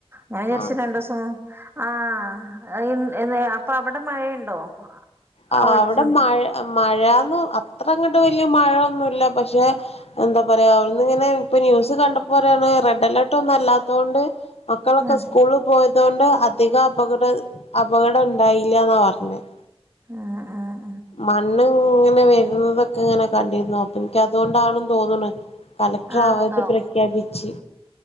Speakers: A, on the right; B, on the left.
A: ഞാൻ വിചാരിച്ച
B: ആഹ്
A: രണ്ട് ദിവസം ഉം ആഹ് അപ്പൊ അവിടെ മഴയുണ്ടോ
B: ആഹ്
A: ആ ഒലിച്ചും
B: അവിടെ മഴ മഴന്നു അത്ര അങ്ങോട്ട് വലിയ മഴയൊന്നുമില്ല പക്ഷെ എന്താ പറയാ അവിടന്ന് ഇങ്ങനെ ഇപ്പൊ ന്യൂസ് കണ്ടപ്പോ പറയാണ് റെഡ് അലേർട്ട് ഒന്നും അല്ലാത്ത കൊണ്ട് മക്കളൊക്കെ
A: ഉം
B: സ്കൂളിൽ പോയത കൊണ്ട് അധിക അപകട അപകടം ഉണ്ടായില്ലന്നാ പറഞ്ഞത്
A: ആഹ് ആഹ്
B: മണ്ണ് ഇങ്ങനെ വരുന്നതൊക്കെ ഇങ്ങനെ കണ്ടിരുന്ന അപ്പൊ എനിക്ക് അതുകൊണ്ടാണെന്ന് തോന്നണ കലക്ടർ
A: ആഹ്
B: അവധി
A: അതാവും
B: പ്രഖ്യാപിച്ച്